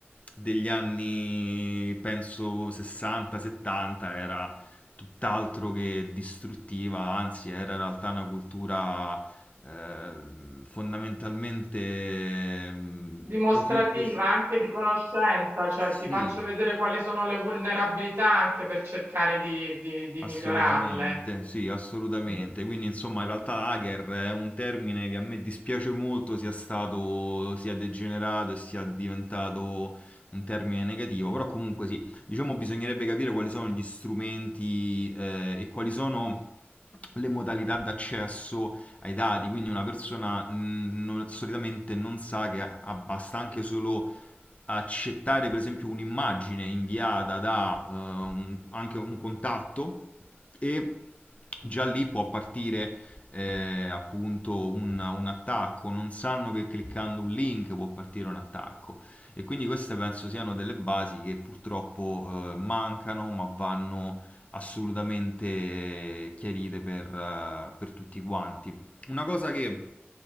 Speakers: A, on the left; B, on the right.
A: degli anni, penso, 60-70 era tutt'altro che distruttiva, anzi era in realtà una cultura eh, fondamentalmente mm,
B: Dimostrativa
A: posi- pos-
B: anche di conoscenza, cioè
A: sì,
B: ti faccio vedere quali sono le vulnerabilità anche per cercare di, di- di
A: Assolutamente,
B: migliorarle.
A: sì, assolutamente.
B: Mm.
A: Quindi, insomma, in realtà hacker è un termine che a me dispiace molto sia stato, sia degenerato e sia diventato un termine negativo, però comunque sì, diciamo bisognerebbe capire quali sono gli strumenti eh, e quali sono le modalità d'accesso ai dati, quindi una persona mh, non- solitamente non sa che ha- ha- basta anche solo accettare per esempio un'immagine inviata da eh, un- anche un contatto e già lì può partire eh, appunto un, un attacco, non sanno che cliccando un link può partire un attacco e quindi queste penso siano delle basi che purtroppo eh, mancano ma vanno assolutamente chiarite per, eh, per tutti quanti. Una cosa che,